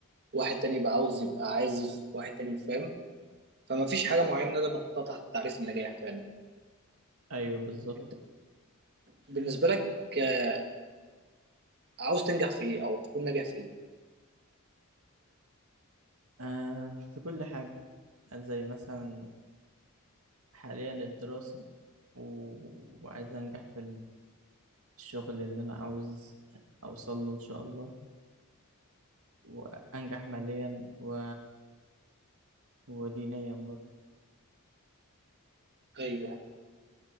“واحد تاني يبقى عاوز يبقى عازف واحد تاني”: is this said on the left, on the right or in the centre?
Right